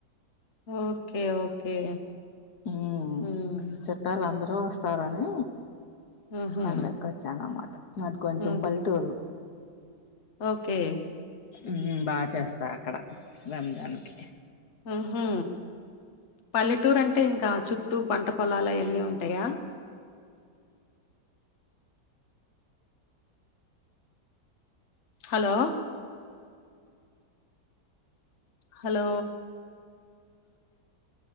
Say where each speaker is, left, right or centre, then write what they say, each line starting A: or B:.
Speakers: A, on the left; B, on the left.
A: ఓకే ఓకే
B: ఉమ్
A: ఉమ్
B: చుట్టాలు అందరూ వస్తారని
A: ఉహు
B: పండక్ ఓచ్చన్ అన్నమాట మాది కొంచం
A: ఉమ్
B: పల్లెటూరు
A: ఓకే
B: ఉమ్ బా చేస్తార్ అక్కడ రంజాన్ కి
A: ఉ హు పల్లెటూరు అంటే ఇంకా చుట్టూ పంట పొలాలు అయన్నీ ఉంటాయా హలో హలో